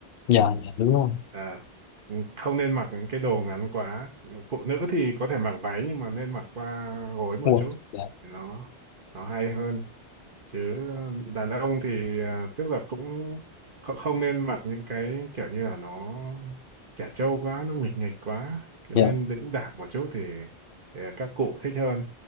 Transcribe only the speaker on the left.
dạ dạ đúng rồi
Đúng rồi.
dạ
dạ